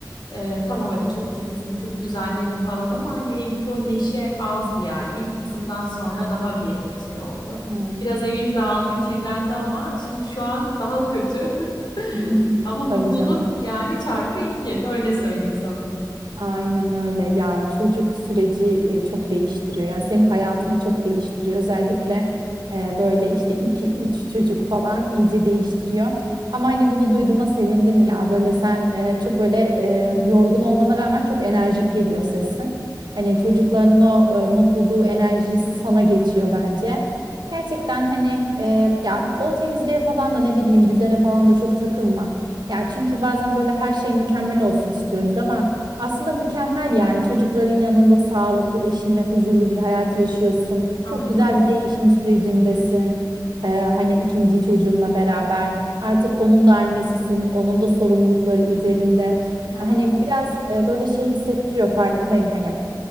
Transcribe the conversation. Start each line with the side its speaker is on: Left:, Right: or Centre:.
Left: e, tamam hadi çok titizdim, çok düzenledim falan ama hani evimde o neşe azdı yani. İlk kızımdan sonra daha bir şey oldu.
Right: Hmm.
Left: Biraz evim dağıldı, kirlendi ama şimdi şu an daha kötü. <laughs>
Right: <laughs>
Left: Ama mutluluk
Right: Tabii canım.
Left: yani çarpı iki. Öyle söyleyeyim sana.
Right: Aynen öyle ya çocuk süreci e, çok değiştiriyor yani senin hayatını çok değiştiriyor özellikle e, böyle işte iki üç çocuk falan iyice değiştiriyor ama hani bunu duyduğuma sevindim ya böyle sen e, çok böyle e, yorgun olmana rağmen çok enerjik geliyor sesin hani çocuklarının o e, mutluluğu enerjisi sana geçiyor bence gerçekten hani e, ya o temizliğe falan da ne bileyim düzene falan da çok takılma ya çünkü bazen böyle her şey mükemmel olsun istiyoruz ama aslında mükemmel yani çocukların yanında sağlıklı, eşinle huzurlu bir hayat yaşıyorsun.
Left: Aynen.
Right: Çok güzel bir değişim sürecindesin. Ee, hani ikinci çocuğunla beraber artık onun da annesisin, onun da sorumlulukları üzerinde.
Left: Evet.
Right: Hani biraz e, böyle şey hissettiriyor farkındayım hani